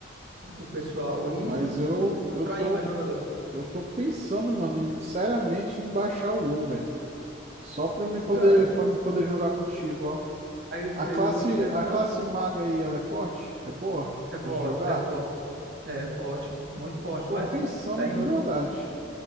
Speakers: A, on the right (about 55°); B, on the right (about 35°).
A: o o pessoal e
B: Mas eu, eu
A: atrair
B: tô,
A: mais jogadores.
B: eu tô pensando, mano, em- seriamente em baixar o WoW, velho. Só pra me poder,
A: Cara,
B: para me poder jogar contigo, ó.
A: aí,
B: A classe,
A: aí eu vou te perguntar,
B: a classe maga aí, ela é forte? É boa
A: é forte,
B: de jogar?
A: é forte, é forte, muito forte,
B: Eu tô
A: mas
B: pensando
A: tem,
B: de
A: out-
B: verdade.